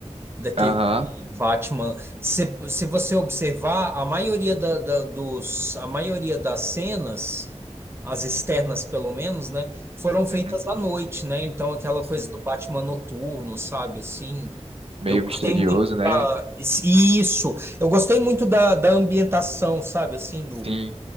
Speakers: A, on the right (about 20°); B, on the right (about 55°).
A: daquele
B: Aham.
A: Batman. Se, se você observar, a maioria da, da- dos, a maioria das cenas, as externas pelo menos, né, foram feitas
B: Uhum.
A: à noite, né? Então aquela
B: Sim,
A: coisa do Batman noturno, sabe, assim.
B: meio
A: Eu gostei
B: misterioso,
A: muito
B: né?
A: da, isso. Eu gostei muito da, da ambientação, sabe, assim do.
B: Sim,